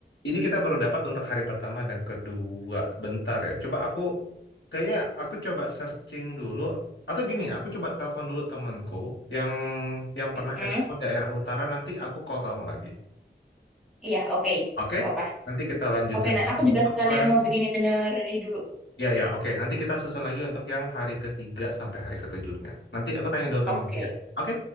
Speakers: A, on the left (about 80°); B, in the centre.
A: ini kita baru dapat untuk hari pertama dan kedua. Bentar ya. Coba aku kayaknya aku coba searching dulu atau gini, aku coba telepon dulu temanku yang yang
B: Mm-mm.
A: pernah ekspor daerah utara nanti aku call kamu lagi.
B: Iya oke.
A: Oke?
B: Nggak Apa?
A: Nanti kita lanjutin
B: Oke, nah
A: lagi
B: aku juga
A: untuk
B: sekalian
A: plan.
B: mau bikin itinerary dulu.
A: Ya ya, oke. Nanti kita susun lagi untuk yang hari ketiga sampai hari ketujuhnya. Nanti aku tanya dulu
B: Oke.
A: temanku ya. Oke?